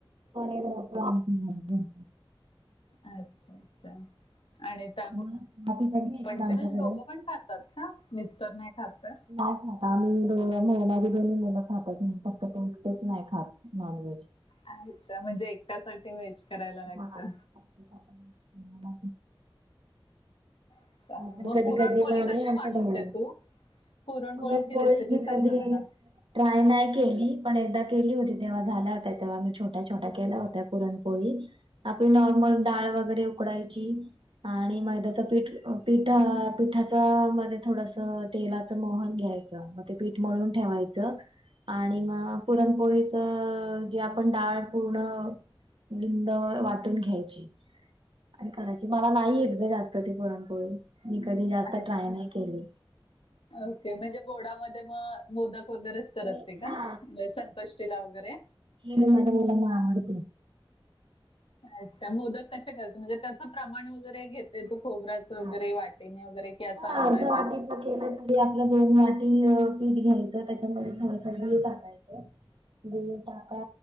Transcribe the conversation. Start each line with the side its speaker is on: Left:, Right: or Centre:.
Right: पनीर होता आमच्या घरी
Left: अच्छा अच्छा आणि त्यामुळे
Right: मग आधी कधी येशील
Left: पण
Right: आमच्याकडे?
Left: म्हणजे दोघं पण खातात का मिस्टर नाही खात तर?
Right: नाही खात आम्ही दोन्ही मुलं खात फक्त तेच नाही खात नॉनव्हेज
Left: अच्छा म्हणजे एकट्यासाठी वेज करायला लागतं.
Right: हा. मला
Left: अच्छा.
Right: हा
Left: मग
Right: कधी
Left: पुरणपोळी
Right: कधी आम्हीही
Left: कशी
Right: आणतो
Left: बनवते
Right: बाहेरून
Left: तू? पुरणपोळीची
Right: पुरणपोळी
Left: रेसिपी
Right: मी
Left: सांग
Right: कधीही
Left: ना मला.
Right: ट्राय नाही केली पण एकदा केली होती तेव्हा झाल्या होत्या तेव्हा मी छोट्या छोट्या केल्या होत्या पुरणपोळी. आपली नॉर्मल डाळ वगैरे उकडायची आणि मैद्याच पीठ पिठा पिठाच्या मध्ये थोडंसं तेलाचं मोहन घ्यायचं ते पीठ मळून ठेवायचं. आणि मग पुरणपोळीच जे आपण डाळ गुळ लिंब वाटून घ्यायची. आणि करायची मला नाही एकदा जास्त ती पुरणपोळी मी कधी जास्त
Left: अच्छा
Right: ट्राय नाही केली.
Left: ओके म्हणजे गोडामध्ये मग मोदक वगैरेच करत
Right: हा
Left: नाही का म्हणजे संकष्टीला वगैरे
Right: मी माझ्या मुलांना आवडते
Left: अच्छा मोदक कशे करते म्हणजे त्याचं प्रमाण वगैरे कसं घेते. ते तू खोबऱ्याचं
Right: हा
Left: वगैरे वाटीणी वगैरे की असा
Right: हा
Left: अंदाजेच?
Right: जआदिप <unintelligible> के त आपलं दोन वाटी पीठ घ्यायचं त्याच्यामध्ये थोडंसं गूळ टाकायचं. गुळ टाका